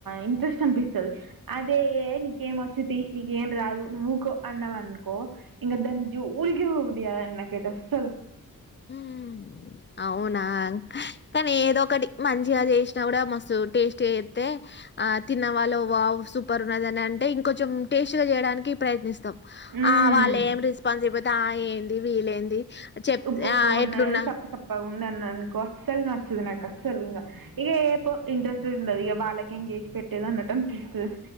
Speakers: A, on the right; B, on the left.
A: ఇంట్రెస్ట్ అనిపిస్తది అదే నీకేమ్ వచ్చిద్ది ఈ నీకే ఏమ్ రాదు వూకో అన్నవనుకో ఇంకా దాని జోల్ కి పోబుద్ధి కాద్ అసల్ సలూ
B: మ్ అవునా కానీ ఏదో ఒకటి మంచిగా చేసినా కూడా మస్తు ఉంటాయి టేస్ట్ చేస్తే ఆ తిన్నవాళ్ళు వావో సూపర్ ఉన్నద అని అంటే ఇంకొంచెం టేస్టీ గా చేయడానికి ప్రయత్నిస్తాం
A: హ్మ్
B: ఆ వాళ్ళే ఏమ్ రెస్పాన్స్బు అయితే ఆ ఏంది వీల్లేంది చెప్
A: పుప్పుగున్నాయి
B: ఆ ఎట్లున్నా
A: చప్ప సప్పగా ఉంది అన్నా అనుకో అసలు నచ్చలే నాకు అసలు ఇంక ఇక ఏ పో ఇంట్రెస్ట్ ఉండదు ఇక వాళ్ళకేం చేసి పెట్టేది అన్నట్టు అనిపిస్తది